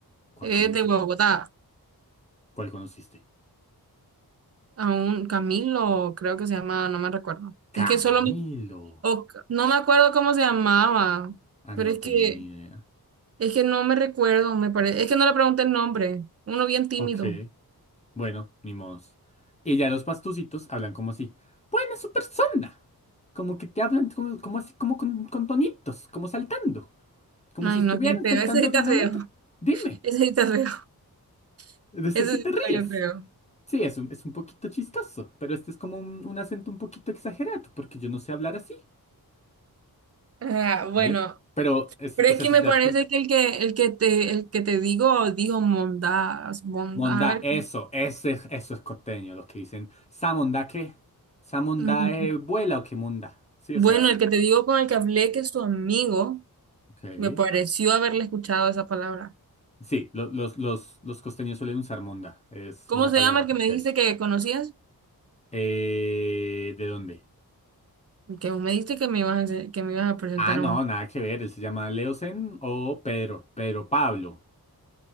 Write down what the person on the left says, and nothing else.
¿Cuál
conocí?
¿Cuál conociste?
Camelo.
Ah,
no
tengo
ni idea.
Ok, bueno, ni modos. Y ya los pastucitos hablan como así. Buena su persona. Como que te hablan como, como así, como con, con tonitos, como saltando. Como
si estuvieran
saltando
de una
letra. Dime,
de ese
sí
te
ríes.
Sí, es un, es un poquito chistoso, pero este es como un, un acento un poquito exagerado, porque yo no sé hablar así,
¿vale? Pero, es,
o
sea,
si
te
das cuenta.
Mondá,
eso, ese, eso es costeño, los que dicen, ¿sa mondá qué? ¿Sa mondá
eh, vuela o qué mondá? Sí,
o sea,
ok.
Sí, lo- los, los, los costeños suelen usar mondá, es
una
palabra
típica
de ellos.
Eh, ¿de dónde?
Ah, no,
nada que ver, él se llama Leosen o Pedro, Pedro Pablo,